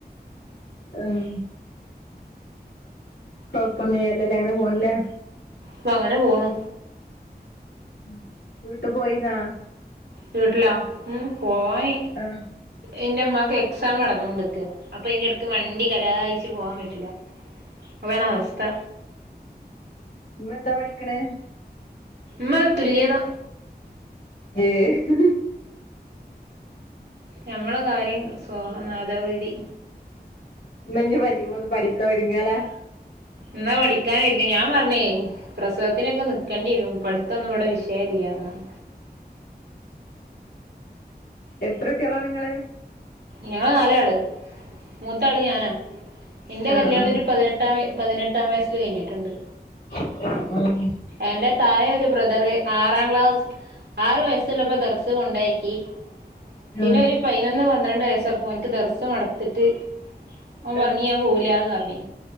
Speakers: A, on the left; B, on the right.
A: ആഹ് കൊഴപ്പൊന്ന്ല്ലല്ലേ അങ്ങനെ പോണില്ലേ
B: പ്പങ്ങനെ പോണ്
A: ഉം വീട്ട് പോയിന്നാ
B: വീട്ടിലാ ഇം പോവാനി
A: ആഹ്
B: എന്റെ അമ്മാക്ക് എക്സാം നടന്നോണ്ടിക്കാ അപ്പൊ അതിന്റെ എടക്ക് വണ്ടി കലായിച്ചു പോവാൻ പറ്റൂല്ല അതാണവസ്ഥ
A: ഇമ്മെന്താ പഠിക്കണ്
B: മ്മത് തുല്യതാ
A: ഏഹ്
B: ഞമ്മളെ കാര്യം സ്വാഹ ന്നതോഗതി
A: ഇമ്മഞ്ഞി പരി പോന്ന് പഠിക്കാൻ ഒരുങ്ങിയാലാ
B: ഉമ്മ പഠിക്കാനൊരുങ്ങി ഞാൻ പറഞ്ഞേ പ്രസവത്തിനൊക്കെ നി ക്കണ്ടി വരും പഠിത്തൊന്നും ഇവിടെ വിഷയല്ല്യാന്നാണ്
A: ഉം എത്രുട്ട്യളാ നിങ്ങള്
B: ഞങ്ങള് നാലാള് മൂത്ത ആള് ഞാനാ എന്റെ
A: ആ
B: കല്യാണം
A: ആ
B: ഒരു പതിനെ എട്ടാം പതിനെട്ടാം വയസ്സിൽ കഴിഞ്ഞിട്ടുണ്ട്
A: ആഹ് അം
B: എന്റെ തായെ ഒരു ബ്രദറ് ആറാം ക്ലാസ് ആറു വയസ്സുള്ളപ്പോ ദർസ് കൊണ്ടെയാക്കി
A: ആഹ്
B: പിന്നെ ഒരു പയ്നൊന്ന് പന്ത്രണ്ട് വയസ്സായപ്പോ ഓനിക്ക് ദർസ് മടുത്തിട്ട് ഓൻ
A: ആഹ്
B: പറഞ്ഞി ഞാൻ പോകൂലാന്ന് പറഞ്ഞി